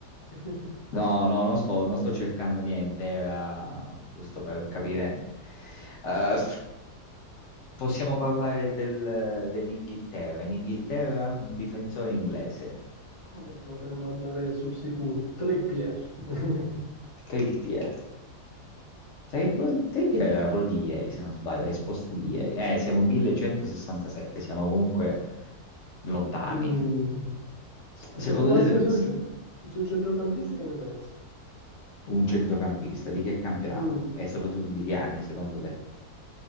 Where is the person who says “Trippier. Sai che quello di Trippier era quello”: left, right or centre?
Left